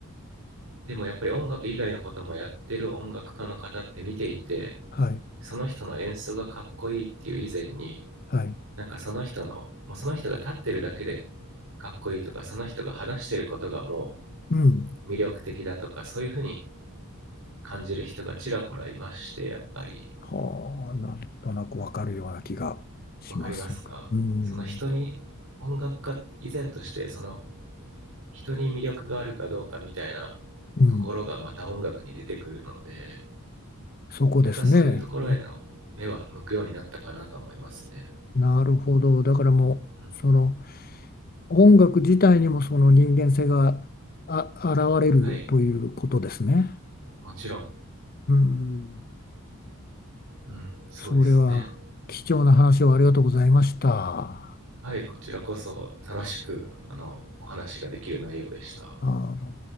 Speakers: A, on the right (about 75°); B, on the left (about 45°).
A: でもやっぱり音楽以外のこともやってる音楽家の方って見ていて
B: はい、
A: その人の演奏がかっこいいっていう以前に
B: はい、
A: なんかその人のもうその人が立ってるだけでかっこいいとかその人が話してることがも
B: うん。
A: う魅力的だとかそういうふうに感じる人がちらほらいましてやっぱり
B: はあ、なんとなくわかるような気がします。
A: 分かりますかその人に音楽家以前としてその
B: うん、
A: 人に魅力があるかどうかみたいな
B: うん、
A: ところがまた音楽に出てくるので
B: そこですね。
A: なんかそういうところへの目は向くようになったかなと思いますね、
B: うん、なるほど。だからもう、
A: うん、
B: その音楽自体にもその人間性があ、現れるということですね。
A: はいもちろん、
B: うん、
A: うん、そうですね
B: それは貴重な話をありがとうございました。あ
A: はいこちらこそ楽しくあのお話ができる内容でした
B: の